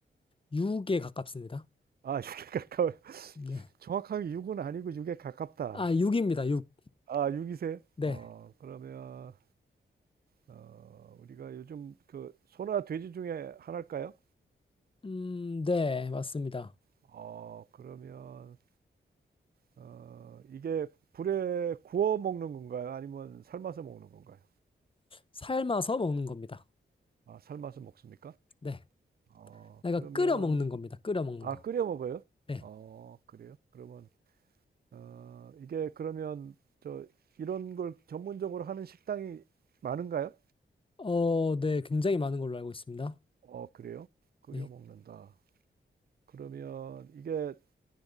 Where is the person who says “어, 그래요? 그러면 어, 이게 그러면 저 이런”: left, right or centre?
Right